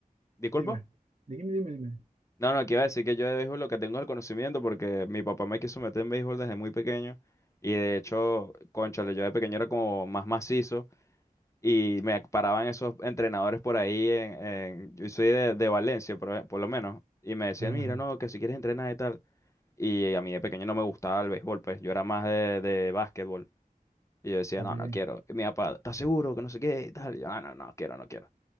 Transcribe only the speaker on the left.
¿Disculpa?
No, no, que iba a decir que yo de béisbol lo que tengo es el conocimiento porque mi papá me quiso meter en béisbol desde muy pequeño. Y de hecho, cónchale, yo de pequeño era como más macizo. Y me paraban esos entrenadores por ahí en, en- yo soy de, de Valencia, por, por lo menos. Y me decían,
mira, no, que si quieres entrenar y tal. Y a mí de pequeño no me gustaba el béisbol, pues yo era más de, de básquetbol. Y yo decía,
no,
no quiero. Y mi papá, ¿estás seguro que no sé qué? Y tal. Y yo, no, no, no quiero, no quiero.